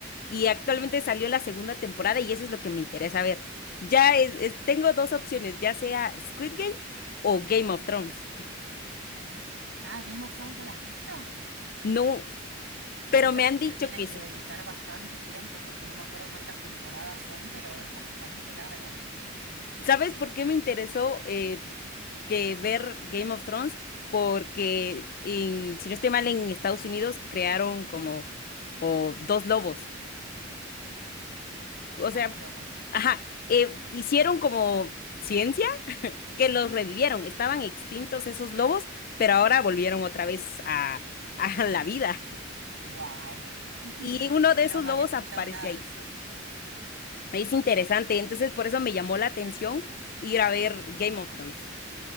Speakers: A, on the left; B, on the right.
A: Y actualmente salió la segunda temporada y eso es lo que me interesa ver. Ya es- es- tengo dos opciones, ya sea Squid Game o Game of Thrones.
B: Ah, Game of Thrones, ¿no la has visto?
A: No,
B: A
A: pero
B: esa
A: me
B: sí
A: han dicho
B: que le tienes
A: que
B: que
A: sí.
B: dedicar bastante tiempo, porque no me acuerdo cuántas temporadas son, pero es bastante larga.
A: ¿Sabes por qué me interesó eh, que ver Game of Thrones? Porque en, si no estoy mal, en Estados Unidos crearon como o dos lobos. O
B: Como
A: sea,
B: dos lobos.
A: ajá, eh, hicieron como ciencia que los revivieron. Estaban extintos esos lobos, pero ahora volvieron otra vez a, a la vida.
B: Wow. <laughs>
A: Y uno de
B: No,
A: esos
B: no
A: lobos
B: había escuchado
A: aparece
B: nada
A: ahí.
B: de eso.
A: Es interesante, entonces por eso me llamó la atención ir a ver Game of Thrones.